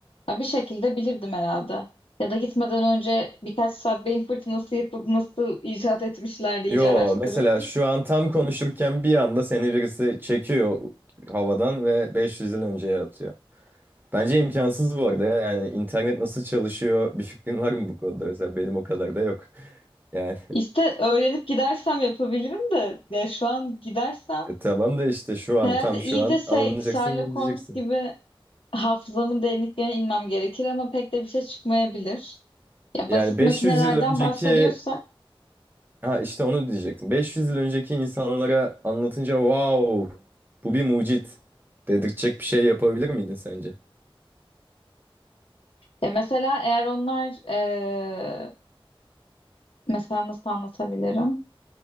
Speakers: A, on the left; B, on the right.
A: ya bir şekilde bilirdim herhalde. Ya da gitmeden önce birkaç saat beyin fırtınası yapıp nasıl icat etmişler diye
B: Yo,
A: iyice araştırır.
B: mesela şu an tam konuşurken bir anda seni birisi çekiyor havadan ve 500 yıl önceye atıyor. Bence imkansız bu arada ya. Yani internet nasıl çalışıyor bir fikrin var mı bu konuda? Mesela benim o kadar da yok. <laughs> Yani.
A: İşte öğrenip gidersem yapabilirim de yani şu an gidersem
B: E tamam da işte şu an
A: herhalde
B: tam
A: iyice
B: şu an
A: şey
B: alınacaksın
A: Sherlock
B: gideceksin.
A: Holmes gibi hafızamın derinliklerine inmem gerekir ama pek de bir şey çıkmayabilir. Ya
B: Yani
A: basit
B: 500
A: makinelerden
B: yıl önceki
A: bahsediyorsak,
B: ha işte onu diyecektim. 500 yıl önceki insanlara anlatınca wow bu bir mucit dedirtecek bir şey yapabilir miydin sence?
A: ya mesela eğer onlar e, mesela nasıl anlatabilirim?